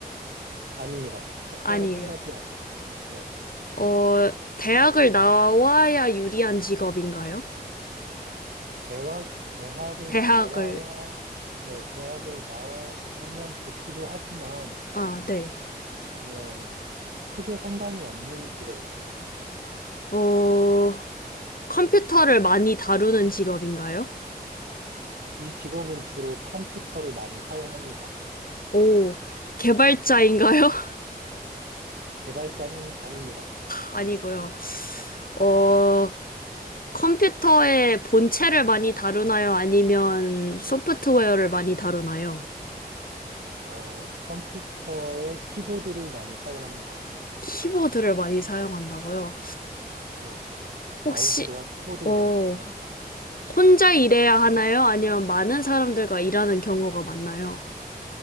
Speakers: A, on the right; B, on the left.
A: 아닙니다. 사자로
B: 아니에요.
A: 끝나지 않아요. 네.
B: 어, 대학을 나와야 유리한 직업인가요?
A: 대학, 대학을
B: 대학을,
A: 나와야, 네, 대학을 나오면 좋기도 하지만,
B: 아, 네.
A: 어, 네, 크게 상관이 없는 직업입니다.
B: 어, 컴퓨터를 많이 다루는 직업인가요?
A: 이 직업은 주로 컴퓨터를 많이 사용합니다.
B: 오, 개발자인가요? <laughs>
A: 개발자는 아닙니다.
B: 아니고요. 어, 컴퓨터의 본체를 많이 다루나요? 아니면 소프트웨어를 많이 다루나요?
A: 어, 컴퓨터의 키보드를 많이 사용합니다.
B: 키보드를 많이 사용한다고요?
A: 네, 마우스와
B: 혹시,
A: 키보드를
B: 어,
A: 많이 사용합니다.
B: 혼자 일해야 하나요? 아니면 많은 사람들과 일하는 경우가 많나요?